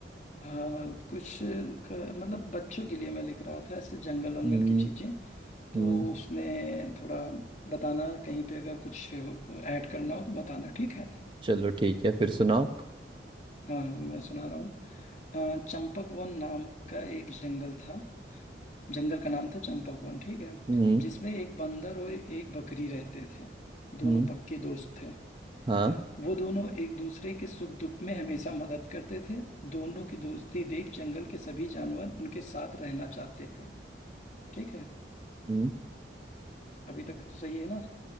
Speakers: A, on the left (about 40°); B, on the right (about 25°).
A: हाँ कुछ का, मतलब बच्चों के लिए मैं लिख रहा था ऐसे जंगल वंगल
B: हम्म
A: की चीज़ें तो
B: हम्म,
A: उसमें थोड़ा बताना कहीं पे अगर कुछ ऐड करना हो तो बताना ठीक है
B: चलो ठीक है फिर सुनाओ
A: हाँ मैं सुना रहा हूँ अ, चंपक वन नाम का एक जंगल था जंगल का नाम था चंपक वन ठीक है
B: हम्म
A: जिसमें एक बंदर और एक बकरी रहते थे दोनों
B: हम्म,
A: पक्के दोस्त थे
B: हाँ
A: वो दोनों एक दूसरे के सुख दुख में हमेशा मदद करते थे दोनों की दोस्ती देख जंगल के सभी जानवर उनके साथ रहना चाहते थे ठीक है
B: हम्म,
A: अभी तक तो सही है ना